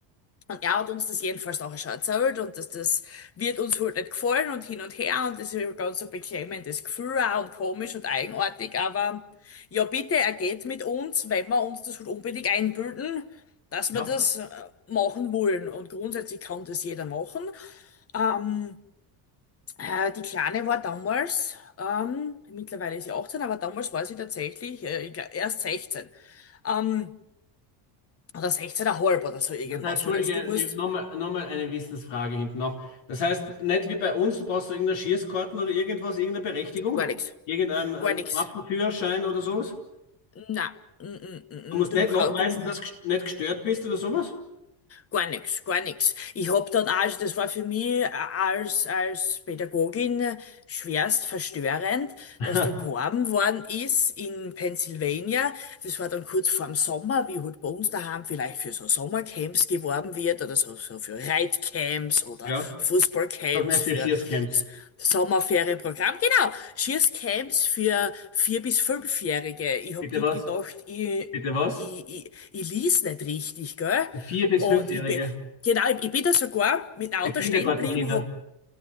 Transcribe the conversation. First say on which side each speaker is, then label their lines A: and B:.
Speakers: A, on the left; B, on the left.
A: Und er hat uns das jedenfalls nachher schon erzählt und dass das wird uns halt nicht gefallen und hin und her und das ist ein ganz ein beklemmendes Gefühl auch und komisch und eigenartig, aber ja bitte, er geht mit uns, wenn wir uns das halt unbedingt einbilden, dass
B: Ja.
A: wir das äh, machen wollen und grundsätzlich kann das jeder machen. Ähm, äh, die Kleine war damals, ähm, mittlerweile ist sie 18, aber damals war sie tatsächlich äh, ich glaub, erst 16. Ähm, oder 16,5 oder so irgendwas
B: Das heißt, Entschuldige,
A: halt. Also du musst
B: nochmal nochmal eine Wissensfrage hinten noch. Das heißt, nicht wie bei uns, du brauchst so irgendeine Schießkarten oder irgendwas, irgendeine Berechtigung,
A: gar nichts,
B: irgendeinen einen
A: gar nichts.
B: Waffenführerschein oder sowas.
A: Na, mm, mm, mm,
B: Du musst
A: mm, du,
B: nicht
A: kau-
B: nachweisen,
A: du,
B: dass du gest- nicht gestört bist oder sowas.
A: gar nichts, gar nichts. Ich hab dann auch, das war für mich äh, als, als Pädagogin schwerst verstörend,
B: <laughs>
A: dass da geworben worden ist in Pennsylvania. Das war dann kurz vorm Sommer, wie halt bei uns daheim vielleicht für so Sommercamps geworben wird oder so, so für Reitcamps oder
B: Ja.
A: Fußballcamps
B: Sag nicht
A: für
B: für Schießcamps.
A: S- Sommerferienprogramm. Genau, Schießcamps für vier- bis fünfjährige. Ich hab
B: Bitte
A: dort
B: was?
A: gedacht, ich
B: Bitte was?
A: ich, ich, ich lies nicht richtig, gell?
B: Für Vier- bis
A: Und
B: Fünfjährige.
A: ich bin, genau, ich, ich bin da sogar mit dem
B: Für
A: Auto
B: Kindergartenkinder.
A: stehen geblieben, hab,